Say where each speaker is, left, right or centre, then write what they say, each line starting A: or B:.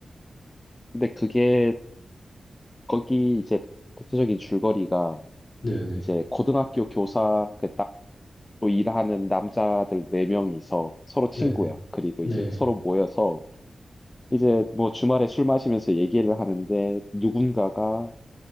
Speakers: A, on the left; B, on the left.
A: 근데 그게 거기 이제 대체적인 줄거리가
B: 네네
A: 이제 고등학교 교사 그 딱 또 일하는 남자들 네 명이서 서로 친구야.
B: 네네
A: 그리고
B: 네.
A: 이제 서로 모여서 이제 뭐 주말에 술 마시면서 얘기를 하는데 누군가가